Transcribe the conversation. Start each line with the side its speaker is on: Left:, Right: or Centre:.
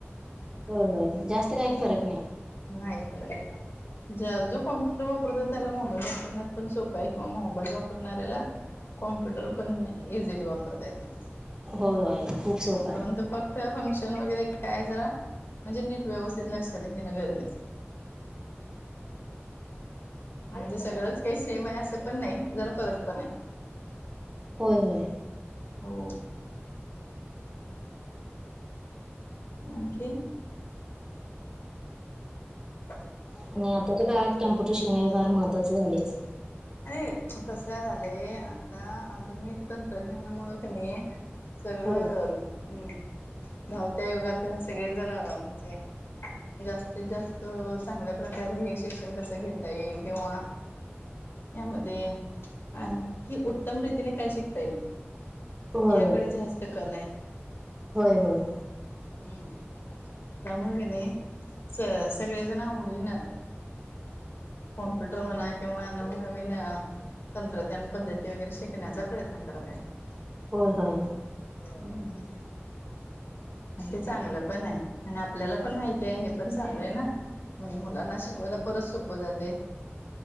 Right: हो, होय जास्त काही फरक नाही.
Left: नाही ब ज्या जो कॉम्प्युटर वापरत त्याला मोबाईल वापरण्यात पण सोपां आहे किंवा मोबाईल वापरणाऱ्याला कॉम्प्युटर पण इझिली वापरता येते.
Right: होय, होय. खूप सोपं आहे
Left: परंतु तर फंक्शन वगैरे काय जरा म्हणजे नीट व्यवस्थित लक्षात घेणं गरजेचय. म्हणजे सगळंच काही सेम आहे असं पण नाही जरा फरक पण आहे.
Right: होय होय
Left: हो आणखी? <unintelligible>
Right: आणि आताच्या काळात कॅम्प्युटर शिकणे हे फार महत्त्वाचें झालेच.
Left: अरे कसं झालंय आता आधुनिक तंत्रज्ञानामुळे नाही. सगळं
Right: होय
Left: हम्म धावत्या युगात सगळे जण म्हणजे जास्तीत, जास्त चांगल्या प्रकारे हे शिक्षण कसं घेता येईल किंवा यामध्ये आणखी उत्तम रीतीने काय शिकता येईल?
Right: होय
Left: याकडे जास्त कल आहे.
Right: होय, होय.
Left: हम्म. त्यामुळे नाही स सगळेजण आवडीन कॉम्प्युटर म्हणा किंवा नवनवीन अ तंत्रज्ञान पद्धती वगैरे शिकण्याचा प्रयत्न करत आहे.
Right: होय, होय.
Left: हम्म. आणि ते चांगलं पण आहे आणि आपल्याला पण माहिती आहे हे पण चांगलंय ना. म्हणजे मुलांना शिकवायला परत सोप जाते.